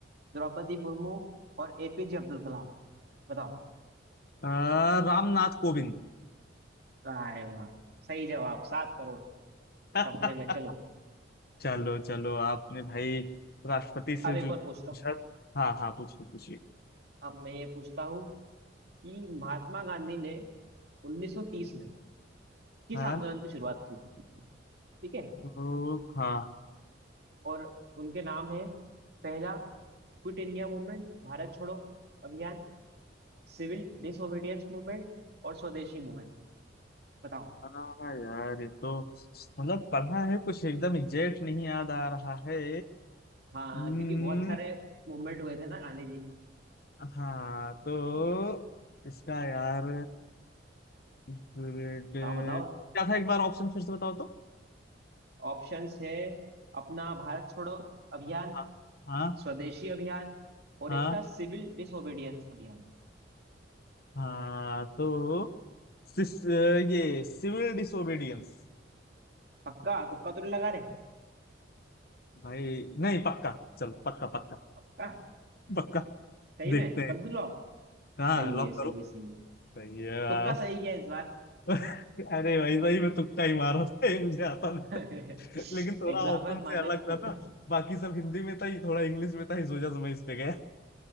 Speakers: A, on the right; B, on the left.
A: द्रौपदी मुर्मू और एपीजे अब्दुल कलाम बताओ
B: आ, रामनाथ कोविंद
A: अरे वाह सही जवाब सात करोड़
B: <laughs>
A: सपने में चलो
B: चलो चलो आपने भाई राष्ट्रपति से
A: अब एक
B: जो
A: और
B: पूछा
A: पूछता हूँ
B: हाँ हाँ पूछिए पूछिए
A: अब मैं ये पूछता हूँ कि महात्मा गांधी ने 1930 में किस
B: हाँ
A: आंदोलन की शुरुआत की थी ठीक है
B: तो हाँ
A: और उनके नाम है पहला क्विट इंडिया मूवमेंट भारत छोड़ो अभियान सिविल डिसोबीडियंस मूवमेंट और स्वदेशी मूवमेंट बताओ
B: हाँ यार ये तो मतलब पढ़ा है कुछ एकदम एग्जैक्ट नहीं याद आ रहा है
A: हाँ
B: हम्म,
A: क्योंकि बहुत सारे मूवमेंट हुए थे ना गांधी जी के।
B: हाँ तो इसका यार ग्रेड क्या
A: तो आप बताओ
B: था एक बार ऑप्शन फिर से बताओ तो
A: ऑप्शंस है अपना भारत छोड़ो अभियान
B: हाँ हाँ
A: स्वदेशी अभियान और
B: हाँ
A: एक था सिविल डिसोबीडियंस अभियान
B: हाँ तो सिस, ये सिविल डिसोबीडियंस
A: पक्का तुक्का तो नहीं लगा रहे
B: भाई नहीं पक्का चलो पक्का पक्का
A: पक्का
B: पक्का
A: सही
B: देखते
A: में
B: हैं
A: कर दूं लॉक
B: हाँ
A: सही
B: लॉक
A: है सही
B: करो
A: है सही है
B: सही है आप
A: तुक्का सही है इस बार
B: <laughs> अरे भाई भाई मैं तुक्का ही मारा था ये मुझे आता नहीं
A: <laughs>
B: था लेकिन थोड़ा
A: एग्जाम
B: ऑप्शन
A: में मानना
B: से अलग
A: से तुक्का
B: था ना बाकी सब हिंदी में था ये थोड़ा इंग्लिश में था इस वजह से मैं इस पे गया